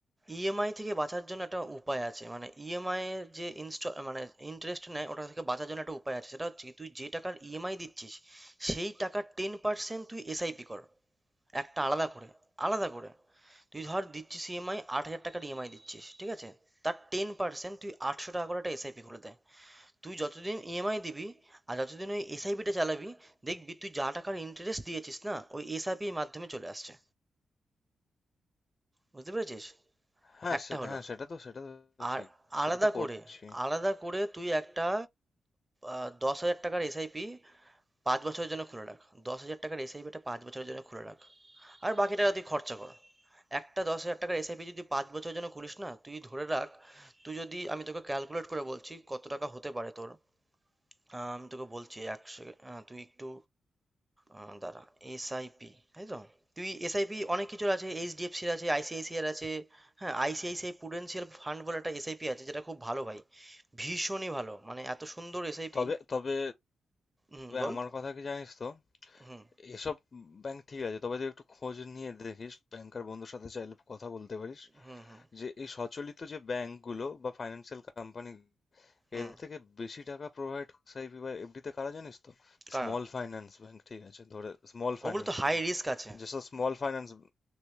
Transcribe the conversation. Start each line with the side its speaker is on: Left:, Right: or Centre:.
Right: ইএমআই থেকে বাঁচার জন্য একটা উপায় আছে মানে ইএমআই এর যে ইনস্টল মানে ইন্টারেস্ট নেয় ওটা থেকে বাঁচার জন্য একটা উপায় আছে সেটা হচ্ছে কি তুই যে টাকার ইএমআই দিচ্ছিস সেই টাকার টেন পার্সেন্ট তুই এসআইপি কর একটা আলাদা করে আলাদা করে তুই ধর দিচ্ছিস ইএমআই আট হাজার টাকার ইএমআই দিচ্ছিস ঠিক আছে তার টেন পার্সেন্ট তুই আটশো টাকা করে একটা এসআইপি খুলে দেয় তুই যতদিন ইএমআই দিবি আর যতদিন ওই এসআইপিটা চালাবি দেখবি তুই যা টাকার ইন্টারেস্ট দিয়েছিস না ওই এসআইপির মাধ্যমে চলে আসছে বুঝতে পেরেছিস
Left: হ্যাঁ
Right: একটা
Left: সে-
Right: হলো
Left: হ্যাঁ সেটা তো সেটা তো
Right: আর
Left: ঠিক সেটা
Right: আলাদা
Left: তো করছি
Right: করে আলাদা করে তুই একটা আহ, দশ হাজার টাকার এসআইপি পাঁচ বছরের জন্য খুলে রাখ দশ হাজার টাকার এসআইপিটা পাঁচ বছরের জন্য খুলে রাখ আর বাকি টাকা তুই খরচা কর একটা দশ হাজার টাকার এসআইপি যদি পাঁচ বছরের জন্য খুলিস না তুই ধরে রাখ তুই যদি আমি তোকে ক্যালকুলেট করে বলছি কত টাকা হতে পারে তোর আহ, আমি তোকে বলছি এক সেকেন্ড তুই একটু আহ, দাঁড়া এসআইপি তাই তো তুই এসআইপি অনেক কিছুর আছে এইচডিএফসির আছে আইসিআইসিআর আছে হ্যাঁ আইসিআইসিআই প্রুডেন্সিয়াল ফান্ড বলে একটা এসআইপি আছে যেটা খুব ভালো ভাই ভীষণই ভালো মানে এত সুন্দর এসআইপি
Left: তবে তবে
Right: হুম
Left: তবে
Right: বল
Left: আমার কথা কি জানিস তো
Right: হুম
Left: এসব ব্যাংক ঠিক আছে তবে তুই একটু খোঁজ নিয়ে দেখিস ব্যাংকার বন্ধুর সাথে চাইলে কথা বলতে পারিস
Right: হুম হুম
Left: যে এই সচলিত যে ব্যাংকগুলো বা ফাইন্যান্সিয়াল কোম্পানি
Right: হুম
Left: এর থেকে বেশি টাকা প্রোভাইড এসআইপি বা এফডিতে কারা জানিস তো
Right: কারা
Left: স্মল ফাইন্যান্স ব্যাংক ঠিক আছে ধরে স্মল ফাইন্যান্স
Right: ওগুলো তো হাই
Left: ব্যাংক
Right: রিস্ক আছে
Left: যেসব স্মল ফাইন্যান্স